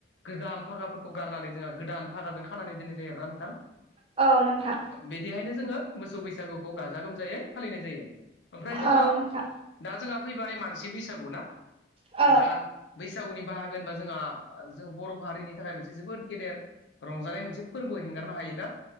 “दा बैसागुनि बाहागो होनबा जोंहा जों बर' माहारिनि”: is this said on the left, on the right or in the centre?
Left